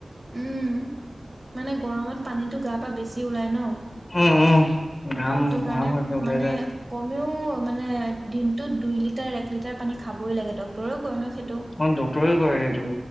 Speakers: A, on the right; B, on the left.
A: উম, মানে গৰমত পানীটো গা পা বেছি ওলায় ন?
B: উম, উম, ঘাম
A: ত' সেইটো কাৰণে
B: ঘাম <unintelligible>
A: মানে কমেও মানে দিনটোত দুই লিটাৰ এক লিটাৰ পানী খাবই লাগে ডক্টৰেও কয়নো সেইটো।
B: ড্টৰে কৰে সেইটো